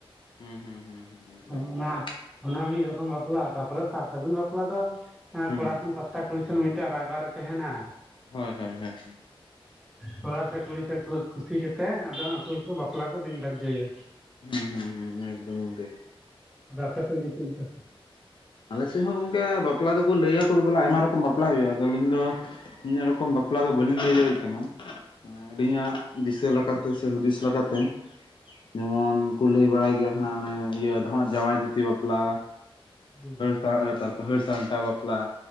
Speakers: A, on the left; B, in the centre.
A: ᱦᱩᱸ ᱦᱩᱸ ᱦᱩᱸ ᱦᱩᱸ ᱮᱠᱫᱚᱢ
B: ᱚᱱᱟ
A: ᱮᱠᱫᱚᱢ
B: ᱚᱱᱟ ᱢᱤᱫ ᱨᱚᱠᱚᱢ ᱵᱟᱯᱞᱟ ᱛᱟᱨᱯᱚᱨᱮ ᱥᱟᱨ ᱥᱟᱹᱜᱩᱱ ᱵᱟᱯ ᱯᱞᱟ ᱫᱚ
A: ᱦᱩᱸ
B: ᱠᱚᱲᱟ ᱥᱮᱱ ᱯᱟᱥᱴᱟ ᱠᱩᱲᱤ ᱥᱮᱱ ᱢᱤᱫᱴᱟᱝ ᱨᱟᱭᱵᱟᱨ ᱛᱟᱦᱮᱱᱟ᱾
A: ᱦᱳᱭ ᱦᱳᱭ ᱦᱳᱭ
B: ᱠᱚᱲᱟ ᱥᱮᱫ ᱠᱩᱲᱤ ᱥᱮᱫ ᱠᱩᱥᱤ ᱠᱟᱛᱮ ᱟᱫᱚ ᱩᱱᱠᱩ ᱜᱮᱠᱚ ᱵᱟᱯᱞᱟ ᱠᱚ ᱫᱤᱱ ᱫᱟᱡᱽᱡᱚᱭᱟ᱾
A: ᱦᱩᱸ ᱦᱩᱸ ᱦᱩᱸ ᱮᱠᱫᱚᱢ ᱚᱸᱰᱮ
B: ᱟᱯᱮ ᱥᱮᱫ ᱜᱮ ᱪᱮᱫ ᱞᱮᱠᱟ?
A: ᱟᱞᱮ ᱥᱮᱫ ᱦᱚᱸ ᱜᱚᱝᱠᱮ ᱵᱟᱯᱞᱟ ᱫᱚᱠᱚ ᱞᱟᱹᱭᱟᱠᱚ ᱵᱚᱞᱮ ᱟᱭᱢᱟ ᱨᱚᱠᱚᱢ ᱵᱟᱯᱞᱟ ᱦᱩᱭᱩᱜᱼᱟ᱾ ᱟᱫᱚ ᱟᱹᱞᱤᱧ ᱫᱚ ᱛᱤᱱᱟᱹᱜ ᱨᱚᱠᱚᱢ ᱵᱟᱯᱞᱟ ᱫᱚ ᱵᱟᱹᱞᱤᱧ ᱞᱟᱹᱭ ᱫᱟᱲᱮᱭᱟᱜ ᱠᱟᱱᱟ, ᱟᱹᱞᱤᱧᱟᱜ ᱫᱤᱥᱟᱹ ᱞᱮᱠᱟᱛᱮ ᱥᱮ ᱦᱩᱫᱤᱥ ᱞᱮᱠᱟᱛᱮ, ᱡᱮᱢᱚᱱ ᱠᱚ ᱞᱟᱹᱭ ᱵᱟᱲᱟᱭ ᱜᱮᱭᱟ ᱦᱟᱸᱜ ᱚᱱᱮ ᱤᱭᱟᱹ ᱡᱟᱶᱟᱭ ᱫᱷᱩᱛᱤ ᱵᱟᱯᱞᱟ,
B: <inaudible>
A: ᱛᱟᱜ ᱛᱟᱯᱚᱨᱮ ᱦᱟᱹᱨ ᱥᱟᱢᱴᱟᱣ ᱵᱟᱯᱞᱟ